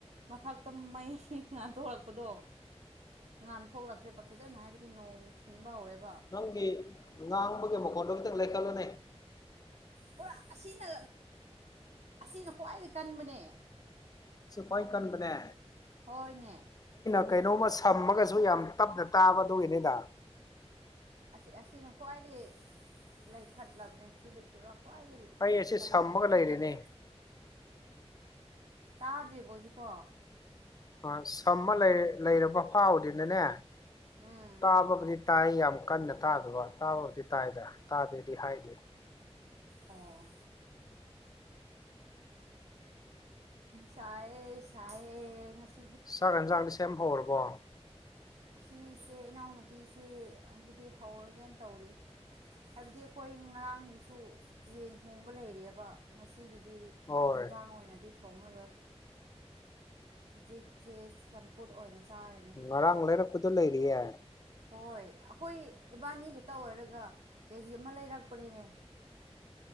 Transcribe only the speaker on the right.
ꯃꯊꯛꯇ ꯃꯩ ꯉꯥꯟꯊꯣꯛꯣꯔꯛꯄꯗꯣ
ꯉꯥꯟꯟ ꯊꯣꯛꯂꯛꯈ꯭ꯔꯦꯕ ꯐꯖꯅ ꯍꯥꯏꯕꯗꯤ ꯅꯣꯡ ꯊꯤꯟꯕ ꯍꯧꯔꯦꯕ
ꯄꯨꯔꯥ ꯑꯁꯤꯅ ꯑꯁꯤꯅ ꯈ꯭ꯋꯥꯏꯗꯒꯤ ꯀꯟꯕꯅꯦ
ꯍꯣꯏꯅꯦ
ꯑꯁꯤ ꯑꯁꯤꯅ ꯈ꯭ꯋꯥꯏꯗꯒꯤ ꯂꯩꯈꯠꯂꯕꯅꯦ ꯁꯤꯗꯒꯤ ꯈ꯭ꯋꯥꯏꯗꯒꯤ
ꯂꯩꯈꯠꯂꯕꯅꯦ
ꯁꯤꯗꯒꯤ
ꯇꯥꯗ꯭ꯦꯕꯣꯖꯤ ꯄꯣ
ꯎꯝ
ꯑꯣ ꯆꯥꯏ ꯆꯥꯏ ꯉꯁꯤ
ꯑꯁꯤꯁꯦ ꯏꯅꯥꯎꯅꯨꯄꯤꯁꯦ ꯍꯥꯏꯕꯗꯤ ꯍꯧꯔꯒꯦꯅ ꯇꯧꯔꯤ ꯍꯥꯏꯕꯗꯤ ꯑꯩꯈꯣꯏ ꯉꯔꯥꯡꯒꯤꯁꯨ ꯌꯦꯟ ꯊꯣꯡꯕ ꯂꯩꯔꯑꯕ ꯉꯁꯤꯒꯤ ꯗꯤ
ꯑꯦꯟꯖꯥꯡ ꯑꯣꯏꯅꯗꯤ ꯊꯣꯡꯉꯔꯣꯏ ꯍꯧꯖꯤꯛꯁꯦ ꯆꯝꯄꯨꯠ ꯑꯣꯏꯅ ꯆꯥꯔꯅꯤ
ꯍꯣꯏ ꯑꯩꯈꯣꯏ ꯏꯕꯥꯅꯤ ꯈꯛꯇ ꯑꯣꯏꯔꯒ ꯀꯦꯖꯤ ꯑꯃ ꯂꯩꯔꯛꯄꯅꯤꯅꯦ